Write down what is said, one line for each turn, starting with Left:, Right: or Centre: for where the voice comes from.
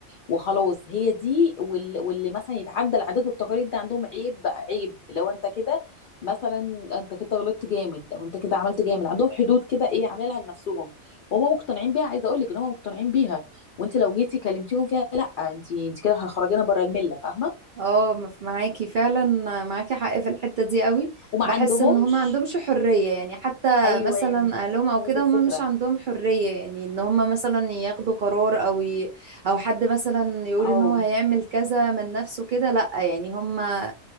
Left: وخلاص هي دي وال- واللي مثلا يتعدى العادات والتقاليد ده عندهم عيب عيب لو انت كده مثلا انت كده غلطت جامد او انت كده عملت جامد عندهم حدود كده ايه عاملينها لنفسهم وهم مقتنعين بيها عايزه اقول لك ان هم مقتنعين بيها وانت لو جيتي كلمتيهم فيها لا انت انت كده هتخرجينا بره المله فاهمه
Right: اه مف- معاكي فعلا معاكي حق في الحتة دي قوي
Left: وما
Right: بحس
Left: عندهمش
Right: ان هما عندهمش حرية يعني حتى
Left: ايوه
Right: مثلا اهلهم او
Left: هي
Right: كده
Left: دي الفكره
Right: هما مش عندهم حرية يعني ان هما مثلا ياخدوا قرار او ي... او حد مثلا يقول
Left: او
Right: ان هو هيعمل كذا من نفسه كده لا يعني هما